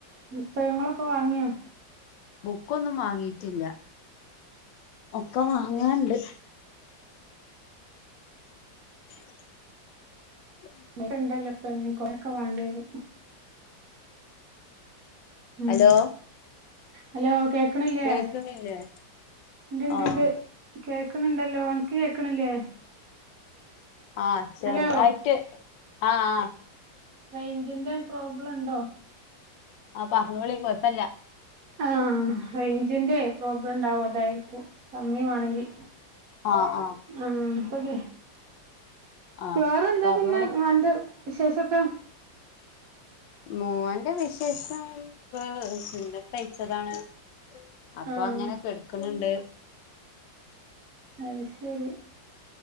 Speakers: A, on the right; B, on the left.
A: പുസ്തകങ്ങളൊക്കെ വാങ്ങിയോ
B: ബുക്കൊന്നും വാങ്ങിട്ടില്ല ഒക്കെ വാങ്ങാണ്ട് <inaudible>
A: ഒക്കെ ഉണ്ടല്ലപോ കൊറെയൊക്കെ വാണ്ടി വരും ഉം
B: ഹലോ
A: ഹലോ കേക്കണില്ലേ
B: കേക്കണില്ലേ
A: ഇണ്ട് ഇണ്ട്
B: ആഹ്
A: ഇണ്ട് കേക്കണണ്ടല്ലോ അനക്ക് കേൾക്കണില്ലേ
B: ആഹ് ചെറുതായിട്ട്
A: ഹലോ
B: ആഹ് ആഹ്
A: റൈഞ്ചിന്റെ പ്രോബ്ലം ണ്ടോ
B: ആഹ് പറഞ്ഞോളി കൊഴപ്പല്ല
A: ആഹ് റേഞ്ചിന്റെ പ്രോബ്ലം ഉണ്ടാവും അതായിരിക്കും കമ്മി വേണെങ്കിൽ
B: ആഹ് ആഹ്
A: ആഹ് അപ്പൊക്കെ
B: ആഹ്
A: വേറെ എന്താ
B: പറഞ്ഞോളി
A: പിന്നെ അന്റെ വിശേഷമൊക്കെ
B: മോൻ്റെ വിശേഷം ഇപ്പൊ സുന്നത്തയ്ച്ചതാണ് അപ്പൊ
A: ആഹ്
B: അങ്ങനെ കടുക്കണണ്ട്
A: അത് ശരി